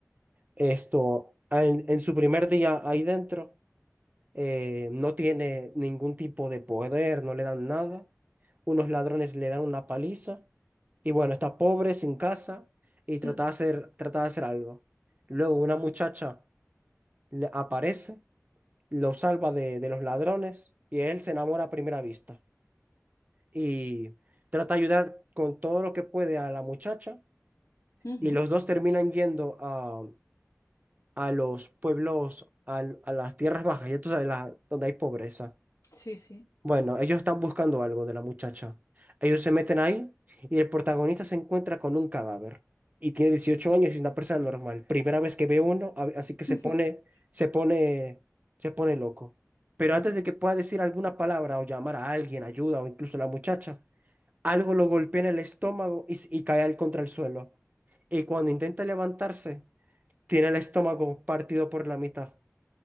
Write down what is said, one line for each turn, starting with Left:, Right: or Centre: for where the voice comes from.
Right: Esto, en, en su primer día ahí dentro, eh, no tiene ningún tipo de poder, no le dan nada. Unos ladrones le dan una paliza y bueno, está pobre, sin casa y
Left: <laughs>
Right: trata de hacer, trata de hacer algo. Luego una muchacha le aparece, lo salva de, de los ladrones y él se enamora a primera vista y trata de ayudar con todo lo que puede a la muchacha
Left: Ujú,
Right: y los dos terminan yendo a, a los pueblos, al- a, las tierras bajas, ya tú sabes, la- donde hay pobreza.
Left: Sí, sí.
Right: Bueno, ellos están buscando algo de la muchacha. Ellos se meten ahí y el protagonista se encuentra con un cadáver. Y tiene 18 años y es una persona normal. Primera vez que ve uno, a- así que
Left: <laughs>
Right: se pone, se pone, se pone loco. Pero
Left: Ya,
Right: antes
Left: ya.
Right: de que pueda decir alguna palabra o llamar a alguien, ayuda o incluso a la muchacha, algo lo golpea en el estómago y, s- y cae al contra el suelo. Y cuando intenta levantarse, tiene el estómago partido por la mitad